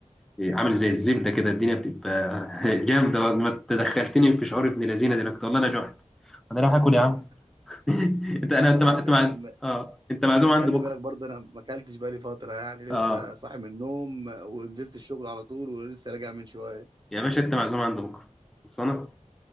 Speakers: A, in the centre; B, on the right (about 35°).
A: عامل زي الزبده كده الدنيا بتبقى <laughs> جامده ما تدخلتني في شعور ابن لذينه دلوقتي والله انا جعت انا رايح اكل يا
B: طب
A: عم <laughs> انت انا
B: طب خلاص
A: انت مع... انت
B: يا
A: معز...
B: عم
A: اه انت معزوم عندي
B: خلي
A: بكره
B: بالك برضه انا ما اكلتش بقالي فتره يعني لسه
A: اه
B: صاحي من النوم ونزلت الشغل على طول ولسه راجع من شويه
A: يا باشا انت معزوم عند بكره خلصانه